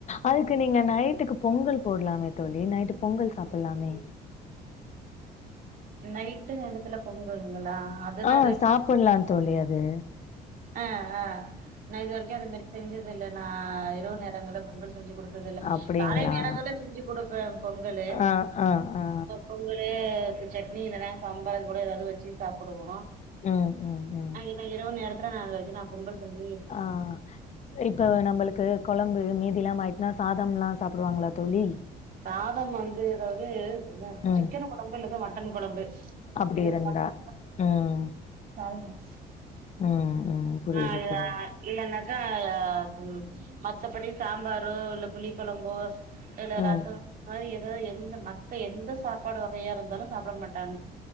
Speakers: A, on the left; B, on the right.
A: அதுக்கு நீங்க நைட்டுக்கு பொங்கல் போட்லாமே தோழி நைட்டு பொங்கல் சாப்பிட்லாமே
B: நைட்டு நேரத்துல பொங்கலுங்களா அதுனா
A: ஆ
B: இது
A: சாப்பிட்லா தோழி அது
B: ஆ ஆ நா இது வரைக்கு அந்த மேரி செஞ்சது இல்ல நா இரவு நேரங்கள பொங்கல் செஞ்சி குடுத் த்ததில்ல
A: அப்டிங்களா
B: காலை நேரங்கள்ல செஞ்சி குடுப்பே பொங்கலு
A: ஆ ஆ ஆ ஆ.
B: பொங்கலு சட்னி இல்லன்னா சாம்பார் அது போல ஏதாவது வெச்சி சாப்பிடுவோ
A: ம் ம் ம்
B: ஆனா இரவு நேரத்துல நா இது வரைக்கு நா பொங்கல் செஞ்சி
A: ஆ இப்ப நம்மளுக்கு கொழம்பு மீதில்லாம ஆயிட்டுனா சாதம்ல சாப்புடுவாங்களா தோழி
B: சாதம் வந்து அதாவது
A: ம்
B: சிக்கன் கொழம்பு இல்லது மட்டன் கொழம்பு
A: அப்டி
B: இதுக்கு
A: இருந்தா
B: மட்டு
A: ம்
B: தா <unintelligible>
A: ம் ம் புரியுது
B: <unintelligible>
A: புரியுது
B: இல்லன்னாக்கா ஆ மத்தபடி சாம்பரோ இல்ல புளி கொழம்போ இல்ல ரச
A: ம்
B: மாரி ஏதோ எந்த மத்த எந்த சாப்பாடு வகையா இருந்தாலு சாப்புட மாட்டாங்க